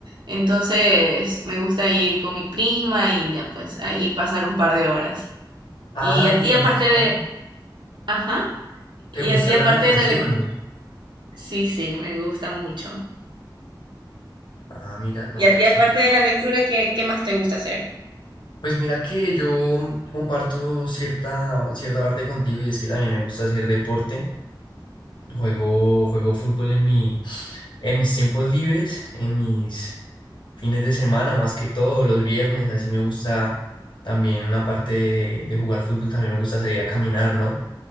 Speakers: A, on the right; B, on the left.
A: Entonces me gusta ir con mi prima y ya pues ahí pasar un par de horas.
B: Ah,
A: Y a
B: ¿te
A: ti
B: gusta?
A: aparte de, ajá,
B: ¿Te
A: y
B: gusta
A: a ti
B: la
A: aparte
B: natación?
A: de la lectura, sí, sí, me gusta mucho.
B: Ah, mira, no,
A: Y a ti
B: ex-
A: aparte de la lectura, ¿qué, qué más te gusta hacer?
B: Pues mira que yo mm, comparto cierta, cierta parte contigo y es que también me gusta hacer deporte. Juego, juego fútbol en mi, en mis tiempos libres, en mis, fines de semana, más que todo, los viernes, así me gusta también, aparte de, de jugar fútbol, también me gusta salir a caminar, ¿no?